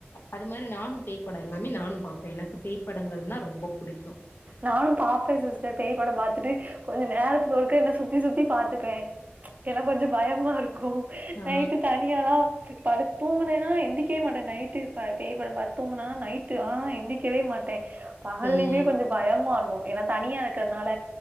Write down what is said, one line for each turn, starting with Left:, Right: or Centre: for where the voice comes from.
Left: அது மாரி நானு பேய்ப் படோ எல்லாமே நானு பாப்பேன் ஏனா பேய்ப்படங்கள்னா ரொம்ப புடிக்கு
Right: நானு பாப்பேன் சிஸ்டர் பேய் படம் பாத்துட்டு கொஞ்ச நேரத்துக்கு ஒருக்க என்ன சுத்தி சுத்தி பாத்துப்பே ப்ச் எல்லா கொஞ்சோ பயமா இருக்கு
Left: ஆ
Right: நைட்டு தனியால்லா படுத் தூங்கினேனா எந்திக்கவே மாட்டேன் நைட்டு பேய் படம் பாத்து தூங்கினா நைட்டு ஆ எந்திக்கவே மாட்டே பகல்லயுமே
Left: ம்
Right: கொஞ்சோ பயமா இருக்கு ஏனா தனியா இருக்கிறதுனால